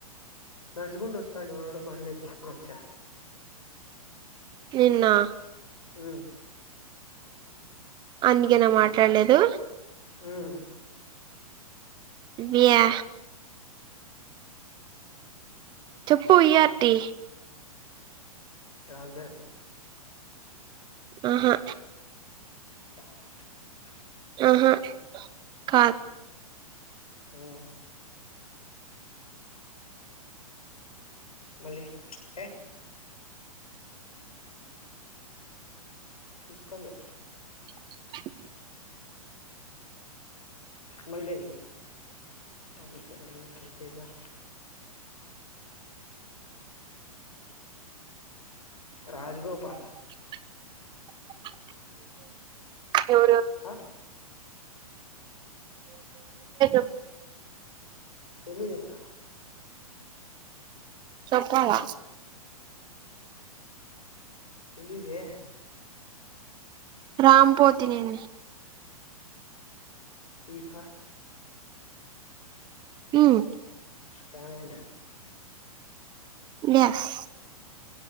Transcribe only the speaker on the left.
నడుచకుంట ఓత్తాడు వాడు, బనళ్లఎక్కిచ్చకోని వొచ్చా.
హుమ్.
హు హు.
రామ్ చేరణ్.
<inaudible>
ఉ మళ్ళీ హే కుక్కలు
మల్లేంది <unintelligible> రాజ్గోపాల్
ఆ
తెలీదు ఇంగా
తెలీదే
టి ఫర్
తమెన